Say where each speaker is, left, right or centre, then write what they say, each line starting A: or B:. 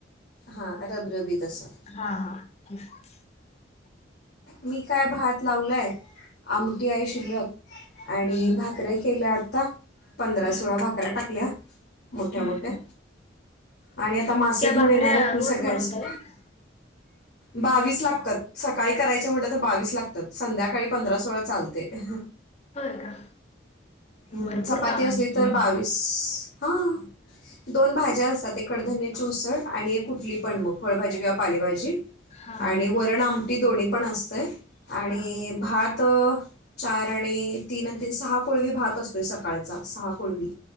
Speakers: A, on the left (about 65°); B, on the left (about 35°).
A: हा रब रबीत असा.
B: हा <inaudible>
A: मी काय भात लावलाय आमटी आहे शिल्लक, आणि
B: हम्म
A: भाकऱ्या केल्या आता पंधरा,
B: हम्म
A: सोळा भाकऱ्या टाकल्या. मोठ्या
B: हम्म
A: मोठ्या.
B: हम्म.
A: आणि आता मासे
B: इतक्या
A: घेऊन
B: भाकऱ्या
A: येणार आहेत मग
B: रोज
A: सगळ्याच,
B: बनवता का
A: बावीस लागतात. सकाळी करायचं म्हंटल तर बावीस लागतात, संध्याकाळी पंधरा सोळा चालतयं.
B: होय का?
A: हम्म,
B: भरपूर
A: चपाती
B: काम
A: असली
B: आहे
A: तर
B: तुम्हाला
A: बावीस. हा, दोन भाज्या असतात, ए कडधन्याचे उसळ, आणि एक कुठली पण मग फळाभाजी घ्या पालेभाजी
B: हा
A: आणि
B: हा
A: वरण आम ती दोन्ही पण असतं आणि
B: हा
A: भात चार आणि तीन आणि त सहा कोळवी भात असतोय सकाळचा सहा पूर्वी